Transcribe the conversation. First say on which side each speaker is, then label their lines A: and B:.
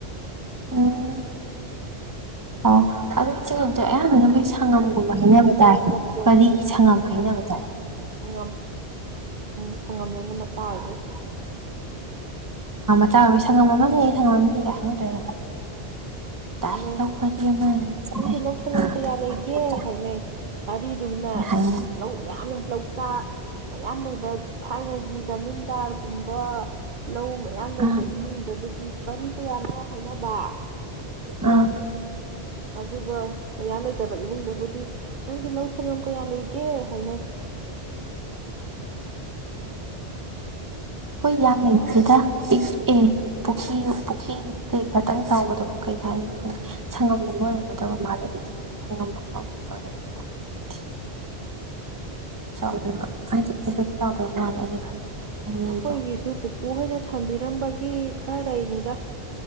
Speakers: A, on the right; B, on the right.
A: ꯎꯝ ꯑꯣ ꯑꯗꯣ ꯏꯆꯦꯉꯥꯟꯊꯣꯏ ꯑꯌꯥꯝꯕꯅ ꯃꯣꯏ ꯁꯪꯉꯝꯒꯨꯝꯕ ꯍꯥꯏꯅꯕ
B: ꯍꯦꯛꯇꯔꯒ
A: ꯇꯥꯏ
B: ꯄꯣꯏꯟ
A: ꯄꯔꯤ
B: ꯑꯅꯤ ꯑꯍꯨꯝ
A: ꯁꯪꯉꯝ ꯍꯥꯏꯅꯕ ꯇꯥꯏ
B: ꯁꯪꯉꯝ ꯎꯝ ꯁꯪꯉꯝꯅꯤꯅ ꯃꯆꯥ ꯑꯣꯏꯗꯣꯏ
A: ꯆ ꯆꯥꯎꯕꯩ ꯁꯪꯉꯝ ꯑꯃ ꯂꯩꯌꯦ ꯁꯪꯉꯝ ꯑꯃ ꯂꯩꯒꯥ ꯍꯥꯏꯅꯗ꯭ꯔꯅꯦ ꯇꯥꯏ
B: ꯍꯥꯏꯅꯩ
A: ꯂꯧ ꯄꯔꯤ ꯑꯃ ꯆꯥꯏ
B: ꯅꯪꯒꯤ ꯂꯧ ꯁꯉꯝ
A: ꯑꯥ
B: ꯀꯌꯥ
A: ꯑꯗꯨꯃꯥꯏꯅ
B: ꯂꯩꯒꯦ ꯍꯥꯏꯅꯩ ꯄꯔꯤꯗꯨꯅ
A: ꯍꯥꯏꯅ
B: ꯂꯧ ꯌꯥꯝꯅ ꯂꯧ ꯆꯥ ꯃꯌꯥꯝ ꯂꯩꯕ ꯊꯥꯏꯅꯒꯤ ꯖꯃꯤꯟꯗꯥꯔꯒꯨꯝꯕ ꯂꯧ ꯃꯌꯥꯝ ꯂꯩꯕ
A: ꯑꯥ
B: ꯏꯃꯨꯡꯗꯕꯨꯗꯤ ꯄꯔꯤ ꯀꯌꯥꯅꯣ ꯍꯥꯏꯅꯕ
A: ꯑꯥ
B: ꯑꯗꯨꯒ ꯃꯌꯥꯝ ꯂꯩꯇꯕ ꯏꯃꯨꯡꯗꯕꯨꯗꯤ ꯅꯪꯒꯤ ꯂꯧ ꯁꯪꯉꯝ ꯀꯌꯥ ꯂꯩꯒꯦ ꯍꯥꯏꯅꯩ
A: ꯈꯣꯏ ꯌꯥꯝ ꯂꯩꯇꯦꯗ ꯄꯤꯛꯑꯦ ꯄꯨꯈ꯭ꯔꯤ ꯄꯨꯈ꯭ꯔꯤꯗꯩ ꯃꯨꯛꯇꯪ ꯆꯥꯎꯕꯗꯣ ꯀꯩ ꯍꯥꯏꯅꯣ ꯈꯪꯗꯦ ꯁꯪꯉꯝꯒꯨꯝꯕ ꯑꯣꯏꯔꯝꯒꯗꯕ ꯃꯥꯜꯂꯦ ꯑꯗꯨꯗꯤ ꯁꯪꯉꯝ ꯑꯃꯒꯨꯝꯕ ꯑꯣꯏꯔꯝꯒꯗ꯭ꯔꯥ ꯈꯪꯗꯦ ꯀꯩꯗꯣꯏ ꯍꯥꯏꯗꯤ ꯀꯩꯁꯨ ꯆꯥꯎꯗꯕ ꯃꯥꯜꯂꯦ ꯑꯩꯅ ꯈꯟꯕꯗ ꯑꯅꯤꯗꯣ
B: ꯑꯩꯈꯣꯏꯒꯤꯁꯨ ꯄꯨꯄꯨ ꯍꯣꯏꯅ ꯊꯝꯕꯤ ꯏꯔꯝꯕꯒꯤ ꯈꯔ ꯂꯩꯅꯤꯗ